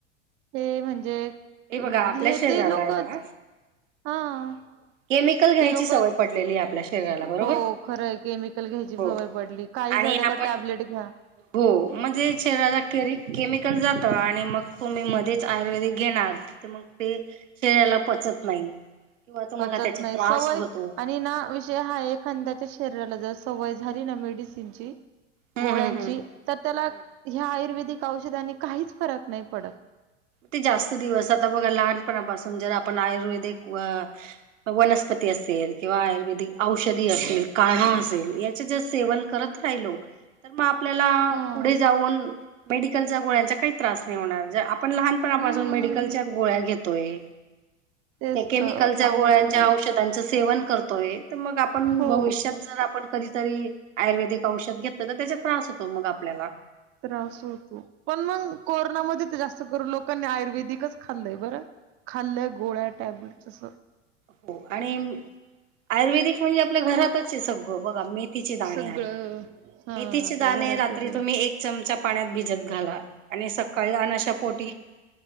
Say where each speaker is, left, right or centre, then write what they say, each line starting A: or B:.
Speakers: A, on the right (about 35°); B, on the right (about 75°).
A: हे म्हणजे
B: बघा आपल्या
A: हे
B: शरीराला
A: ते लोकच
B: आहे ना
A: हां
B: केमिकल घ्यायची
A: ते लोक
B: सवय पडलेली आपल्या शरीराला बरोबर
A: हो खरं केमिकल घ्यायची
B: हो
A: सवय पडली. काही
B: आणि
A: झालं का
B: आपण
A: टॅबलेट घ्या.
B: हो म्हणजे शरीराला केमिकल जात आणि मग तुम्ही मध्येच आयुर्वेदिक घेणार मग ते शरीराला पचत नाही. किंवा तुम्हाला
A: पचत
B: त्याचा
A: नाही
B: त्रास
A: सवय
B: होतो
A: आणि ना विषय हा एखद्याच्या शरीराला जस सवय झाली ना मेडिसीनची,
B: हम्म
A: गोळ्यांची
B: हम्म हम्म.
A: तर त्याला
B: हम्म
A: ह्या आयुर्वेदिक औषधाने काहीच फरक नाही पडत.
B: ते जास्त दिवस आता बघा लहानपणापासून जर... आयुर्वेदिक वनस्पती असतील किंवा आयुर्वेद औषध असेल असय ह्याचे जर सेवन करत राहिलो. आपल्याला
A: हा.
B: पुढे जाऊन मेडिकलच्या गोळ्यांचा काही त्रास नाही होणार. पण लहानपणापासून
A: हम्म
B: मेडिकलच्या गोळ्या घेतोय.
A: तेच
B: त्या केमिकलच्या
A: तर अवघड
B: गोळ्यांच्या
A: आहे.
B: औषधां सेवन करतो आहे तर मग आपण
A: हो.
B: भविष्यात जर आपण कधीतरी आयुर्वेदिक औषध घेतलं तर त्याचा त्रास होतो मग आपल्याला.
A: त्रास होतो पण मग कोरोनामध्ये तर जास्त करून लोकांनी आयुर्वेदिकच खाल्लंय बरं. खाल्लं गोळ टॅबलेट असं
B: हो आणि आयुर्वेदिक म्हणजे आपल्या घरातच आहे सगळं बघा मी मथीचे दाणे
A: सगळं
B: आहे
A: हा
B: मेथीचे
A: आपल्या
B: दाणे
A: घरातच
B: रात्री तुम्ही एक चमचा पाण्यात भिजत घाला.. आणि सकाळी अनाशा पोटी..